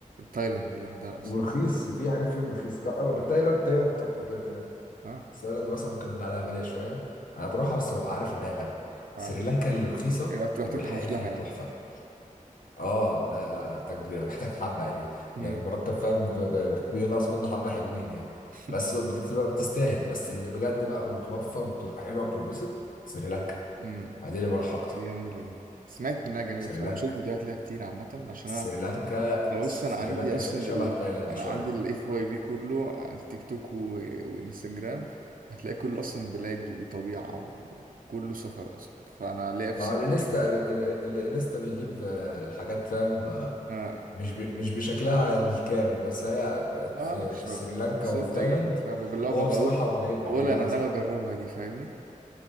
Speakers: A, on the right (about 80°); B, on the left (about 75°).
A: تايلاند لوحدها اصلا
B: ورخيص
A: كفاية.
B: في حاجات فيهم رخيص لا
A: لا
B: تايلاند تايلاند تحفه كده كده
A: اه
B: بس تايلاند مثلا ممكن نقول عليها غاليه شويه انا بروحها بس ببقى عارف انها غاليه
A: اه
B: سريلانكا اللي رخيصه
A: إيه، بتحتاج
B: والحياه
A: تحوش
B: فيها
A: لها يعني
B: تحفه اه لا لا محتاج محتاج حبه يعني
A: مم.
B: يعني المرتب فاهم ب- ب- بينقص منه حبه حلوين يعني
A: <laughs>
B: بس بتبقى بتستاهل بس اللي بجد بقى وتوفر وبتبقى حلوه وبتتبسط سريلانكا
A: مم.
B: عادي اللي بروح اكتر
A: دي جميلة دي سمعت إنها جميلة
B: سريلانكا
A: بصراحة بشوف فيديوهات ليها كتير عامة عشان
B: سريلانكا
A: أنا أنا
B: سريلانكا
A: بص أنا عندي أصلا
B: ش- شبه
A: ال...
B: تايلاند
A: أنا
B: شويه
A: عندي الإف واي بي كله على التيك توك و... وإنستجرام هتلاقي كله أصلا بلاد وطبيعة وكله سفر أصلا فأنا ليا في
B: مع
A: السفر
B: الانستا
A: يعني إيه؟
B: ال- ال- الانستا بيجيب آه، الحاجات فاهم آه،
A: ما
B: مش ب- مش بشكلها الكامل بس هي بقت
A: ما
B: في
A: أعرفش
B: في
A: بقى
B: سريلانكا
A: بس
B: وفي
A: هي بتعجبني
B: تايلاند
A: بصراحة بالله
B: هو
A: بقول
B: بصراحه هم جايب-
A: بقول
B: جايبينها
A: أنا ناوي
B: صح
A: أجربها دي فاهمني؟